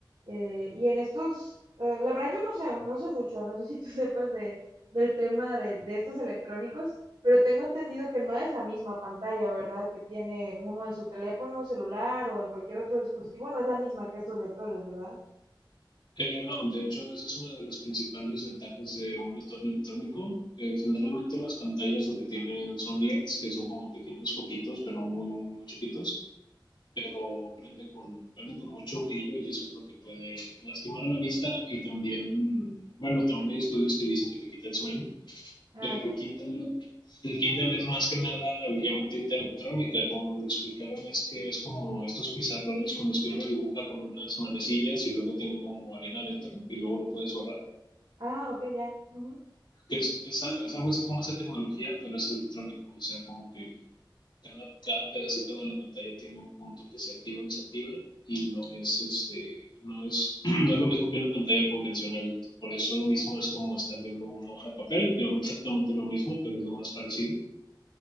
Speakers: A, on the right; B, on the left.
A: eh, y en estos, eh, la verdad yo no sé, no sé mucho, no sé si tú <laughs> sepas de del tema de, de estos electrónicos, pero tengo entendido que no es la misma pantalla, ¿verdad? Que tiene uno en su teléfono celular o en cualquier otro dispositivo, no es la misma que estos lectores, ¿verdad?
B: Eh, no, de hecho, esa es una de las principales ventajas de un lector electrónico. Eh, generalmente las pantallas lo que tienen son LEDs, que son como pequeños foquitos, pero muy, muy, muy chiquitos. pero prenden con, prenden con mucho brillo y eso es lo que puede lastimar a la vista y también, bueno, también hay estudios que dicen que te quita el sueño,
A: Ah,
B: pero
A: ya.
B: el Kindle, lo- el Kindle es más que nada, le llaman tinta electrónica, como me lo explicaron es que es como estos pizarrones con los que uno dibuja con unas manecillas y luego tienen como arena adentro y luego lo puedes borrar.
A: Ah, ok, ya. ujú.
B: Que es, es, a- es algo así como esa tecnología, pero es electrónico, o sea, como que cada, cada pedacito de la pantalla tiene un punto que se activa o desactiva y no es este, no es, <clears throat> no es lo mismo que una pantalla convencional. Por eso mismo es como estar viendo una hoja de papel, que no es exactamente lo mismo, pero es lo más parecido.